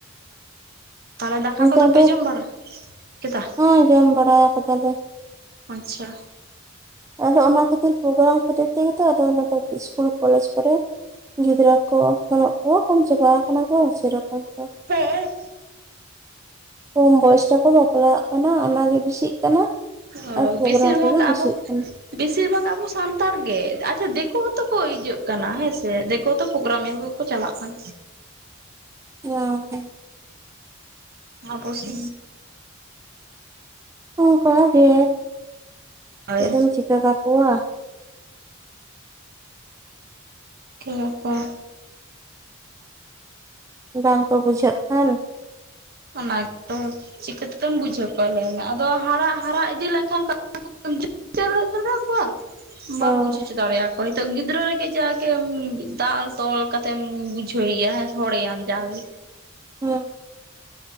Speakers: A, on the right; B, on the right.
A: ᱛᱟᱦᱞᱮ ᱫᱟᱠᱟ
B: ᱱᱤᱛᱚᱜ
A: ᱠᱚᱫᱚ ᱯᱮ
B: ᱫᱚ
A: ᱡᱚᱢ ᱵᱟᱲᱟ ᱠᱮᱫᱟ
B: ᱦᱚᱸ ᱡᱚᱢ ᱵᱟᱲᱟ ᱟᱠᱟᱫᱟᱞᱮ
A: ᱟᱪᱪᱷᱟ
B: ᱟᱫᱚ ᱚᱱᱟ ᱠᱷᱟᱹᱛᱤᱨ ᱯᱨᱳᱜᱨᱟᱢ ᱠᱚᱨᱮᱜ ᱛᱮᱜᱮ ᱛᱚ ᱟᱫᱚ ᱱᱮᱛᱟᱨ ᱫᱚ ᱤᱥᱠᱩᱞ ᱠᱚᱞᱮᱡᱽ ᱠᱚᱨᱮ ᱜᱤᱫᱽᱨᱟᱹ ᱠᱚ ᱵᱟᱹᱱᱩᱜ ᱠᱚᱣᱟ ᱠᱚᱢ ᱪᱟᱵᱟ ᱟᱠᱟᱱᱟ ᱠᱚ ᱥᱮᱨᱚᱠᱚᱢ ᱫᱚ
A: ᱦᱮᱸ
B: ᱠᱚᱢ ᱵᱚᱭᱚᱥ ᱨᱮᱠᱚ ᱵᱟᱯᱞᱟᱜ ᱠᱟᱱᱟ ᱚᱱᱟ ᱜᱮ ᱵᱮᱥᱤᱜ ᱠᱟᱱᱟ
A: ᱦᱳᱭ
B: ᱟᱨ ᱯᱨᱳᱜᱨᱟᱢ
A: ᱵᱮᱥᱤᱨ
B: ᱠᱚᱜᱮ
A: ᱵᱷᱟᱜᱽ
B: ᱵᱮᱥᱤᱜ
A: ᱟᱵᱚ
B: ᱠᱟᱱᱟ
A: ᱵᱮᱥᱤᱨ ᱵᱷᱟᱜᱽ ᱟᱵᱚ ᱥᱟᱱᱛᱟᱲ ᱜᱮ ᱟᱪᱷᱟ ᱫᱤᱠᱩ ᱦᱚᱛᱚ ᱠᱚ ᱦᱤᱡᱩᱜ ᱠᱟᱱᱟ ᱦᱮᱸᱥᱮ ᱫᱤᱠᱩ ᱛᱚ ᱯᱨᱳᱜᱨᱟᱢ ᱧᱮᱞ ᱠᱚ ᱪᱟᱞᱟᱜ ᱠᱟᱱ
B: ᱦᱚᱸ
A: ᱟᱵᱚᱥᱤ
B: ᱚᱝᱠᱟ ᱜᱮ
A: ᱦᱳᱭ
B: ᱪᱮᱫ ᱫᱚᱢ ᱪᱮᱠᱟ ᱠᱟᱠᱚᱣᱟ
A: ᱠᱮ ᱠᱚᱣᱟ
B: ᱵᱟᱝᱠᱚ ᱵᱩᱡᱷᱟᱹᱜ ᱠᱟᱱ
A: ᱚᱱᱟ ᱜᱮᱛᱚ ᱪᱤᱠᱟᱹ ᱛᱮᱫᱚᱢ ᱵᱩᱡᱷᱟᱹᱣ ᱠᱚᱣᱟ ᱞᱟᱹᱭ ᱢᱮ ᱟᱫᱚ ᱦᱟᱨᱟ ᱦᱟᱨᱟ ᱤᱫᱤ ᱞᱮᱱᱠᱷᱟᱱ ᱠᱚ ᱵᱩᱡᱷᱟᱹᱣ ᱦᱚᱪᱚ ᱫᱟᱲᱮᱣ ᱠᱚᱣᱟ ᱵᱟᱢ
B: ᱦᱳᱭ
A: ᱵᱩᱡᱷᱟᱹᱣ ᱦᱚᱪᱚ ᱫᱟᱲᱮᱭᱟ ᱦᱚᱭᱛᱳ ᱜᱤᱫᱽᱨᱟᱹ ᱨᱮᱜᱮ ᱡᱟᱜᱮᱢ ᱫᱟᱞ ᱛᱚᱞ ᱠᱟᱛᱮᱢ ᱵᱩᱡᱷᱟᱹᱣ ᱮᱭᱟ ᱦᱚᱲᱮᱭᱟᱢ ᱡᱟᱜᱮ
B: ᱦᱮᱸ